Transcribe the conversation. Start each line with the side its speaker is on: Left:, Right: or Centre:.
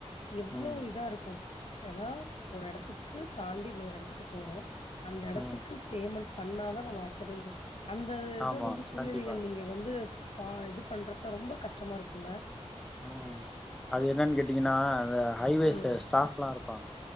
Left: எவ்ளோ
Centre: ம்
Left: இதா இருக்கு ஏன்னா ஒரு எடத்துக்கு தாண்டி இன்னொரு எடத்துக்கு போறோ அந்த எடத்துக்கு
Centre: ம்
Left: பேமெண்ட் பண்ணாதா நம்ம அடுத்தட்ப அந்த இது
Centre: ஆமா
Left: வந்து சூழ்நிலைங்க
Centre: கண்டிப்பா
Left: நீங்க வந்து சா இது பண்றப்ப ரொம்ப கஷ்டமா இருக்குல்ல
Centre: அ அது என்னான் கேட்டீங்கன்னா ந்த ஹைவேஸ்
Left: ம்
Centre: ஸ்டாப்ல்லா இருப்பாங்க